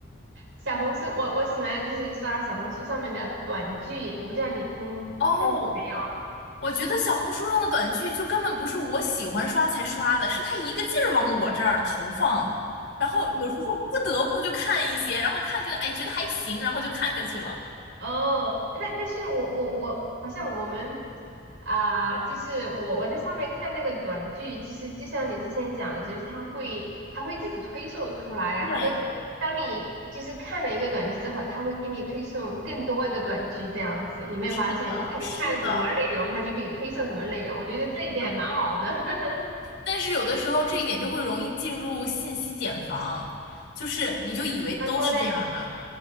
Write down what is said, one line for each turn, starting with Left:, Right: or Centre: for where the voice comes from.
Right: 小红书，我我喜欢就是刷小红书上面的短剧，我不知道你听看过没有？
Left: <laughs> 哦，我觉得小红书上的短剧就根本不是我喜欢刷才刷的，是它一个劲儿往我这儿投放，然后有时候不得不就看一些，然后看觉得哎觉得还行，然后就看下去了。
Right: 哦，那但是我我我好像我们啊、就是我我在上面看那个短剧，其实就像你之前讲的，就是它会它会自己推送出来，然后但是当你就是看了一个短剧之后，
Left: 对，
Right: 它会给你推送更多的短剧，这样子有没有发现？
Left: 是的，
Right: 就是你看什么内容，
Left: 是的，
Right: 它就给你推送什么内容，我觉得这一点还蛮好的。
Left: 是的。
Right: <laughs>
Left: 但是有的时候这一点就会容易进入信息茧房，就是你就以为都是这样的。
Right: 他说嘞，